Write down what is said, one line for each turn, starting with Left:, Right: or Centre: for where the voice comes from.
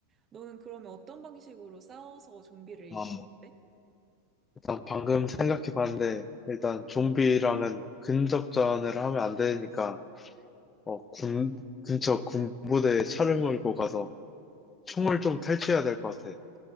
Right: 너는 그러면 어떤 방식으로 싸워서 좀비를
Left: 어,
Right: 이길 건데?
Left: 일단 방금 생각해 봤는데, 일단 좀비랑은 근접전을 하면 안 되니까, 어, 군, 근처 군부대에 차를 몰고 가서 총을 좀 탈취해야 될 것 같아.